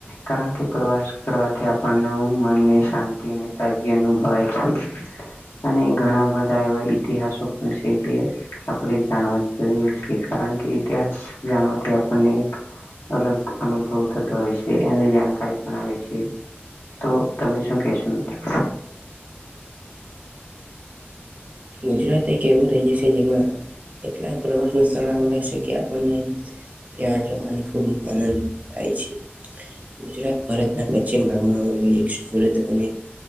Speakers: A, on the left (about 65°); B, on the right (about 40°).
A: કારણ કે પ્રવાસ કરવાથી આપ મનને શાંતિ અને તાગી અનુભવાય અને ઘણા બધા એવા ઈતિહાસો પણ જે આપણે જાણવા જોું છે કારણ કે ઇતિહાસ જાણવાથી આપણને એક અલગ અનુભવ થતો હોય છે એની જાણકારી પણ આવે છે. તો તમે શું કેશો મિત્રો?
B: ગુજરાત એક એવું રાજ્ય છે જેમાં એટલા પ્રવાસ ન સ્થળ આવે લાગ છે કે આપણને ત્યાં જવાની ખૂબ આનંદ થાય છે ગુજરાત ભારતના પશ્ચિમ ભાગમાં આવેલી એક સમ અને